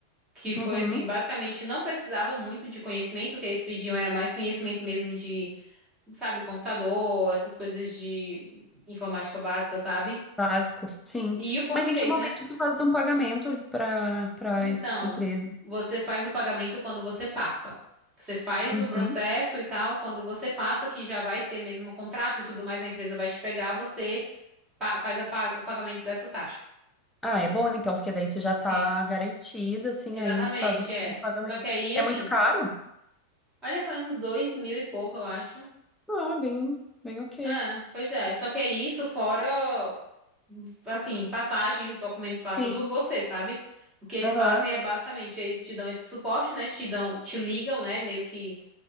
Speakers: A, on the right; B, in the centre.
A: que
B: Uhum.
A: foi assim, basicamente não precisava muito de conhecimento, o que eles pediam era mais conhecimento mesmo de, sabe, computador, essas coisas de informática básica, sabe?
B: Básico, sim.
A: E o português,
B: Mas em que momento
A: né?
B: tu faz um pagamento para para
A: Então,
B: empresa?
A: você faz o pagamento quando você passa. Você faz
B: Uhum.
A: o processo e tal, quando você passa, que já vai ter mesmo o contrato e tudo mais, a empresa vai te pegar, você pa- faz a pa- o pagamento dessa taxa.
B: Ah, é bom então, porque daí tu já
A: Sim.
B: tá garantido, assim,
A: Exatamente,
B: aí faz o
A: é.
B: o pagamento.
A: Só que aí,
B: É
A: assim,
B: muito caro?
A: olha, foi uns dois mil e pouco, eu acho.
B: Ah, bem, bem ok.
A: É, pois é. Só que é isso, fora, assim, passagem, os documentos lá,
B: Sim.
A: tudo você, sabe? O que eles
B: Aham.
A: fazem é basicamente, eles te dão esse suporte, né? Te dão, te ligam, né? Meio que